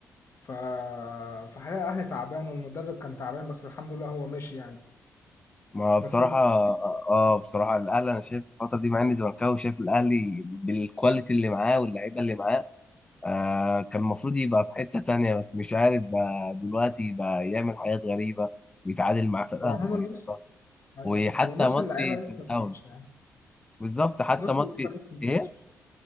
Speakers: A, on the left (about 45°); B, on the left (about 15°).
A: ف فحاليا الأهلي تعبان والمدرب كان تعبان بس الحمد لله هو مشي يعني
B: ما بصراحة
A: بس دلوقتي
B: اه بصراحة الاهلي انا شايف الفترة دي مع اني زملكاوي شايف الاهلي بالكواليتي اللي معاه واللعيبة اللي معاه آه كان المفروض يبقى في حتة تانية بس مش عارف بقى دلوقتي بقى يعمل حاجات غريبة ويتعادل مع فرقة
A: هو عموما
B: صغيرة
A: نص أيوه
B: وحتى
A: أيوه. هو نص
B: ماتش
A: اللعيبة
B: سان
A: لسه
B: داونز
A: ما جاتش يعني
B: بالظبط حتى
A: نص
B: ماتش
A: اللعيبة لسه ما
B: ايه
A: جاتش